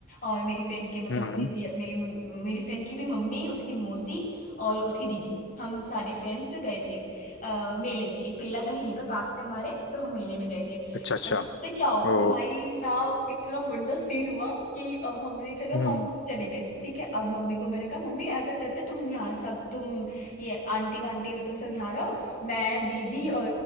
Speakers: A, on the left; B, on the left.
A: और मेरी फ्रेंड के मतलब
B: हम्म
A: मेरी
B: हम्म।
A: भैया मेरी मम- मेरी फ्रेंड की भी मम्मी उसकी मौसी और उसकी दीदी हम सारे फ्रेंड्स गए थे अ, मेले में एक मेला था यहीं पर पास में हमारे तो हम मेले में गए थे
B: अच्छा अच्छा
A: अब पता क्या हो
B: ओ
A: भाई साहब इतना गंदा सीन हुआ कि अ, हमने चलो
B: हम्म
A: हम चले गए ठीक है अब मम्मी को मैंने कहा मम्मी ऐसा करते तुम यहाँ सब तुम ये आंटी वांटी हो तुम सब यहाँ रहो मैं दीदी और